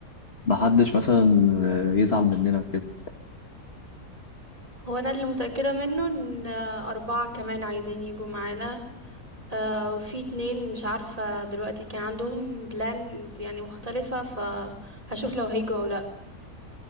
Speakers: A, on the left; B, on the right.
A: ما حدش مثلا آه، يزعل مننا وكده
B: هو انا اللي متأكدة منه ان آه، اربعة كمان عايزين يجوا معانا آه، وفي اتنين مش عارفة دلوقتي كان عندهم بلانز يعني مختلفة فهشوف لو هيجوا او لا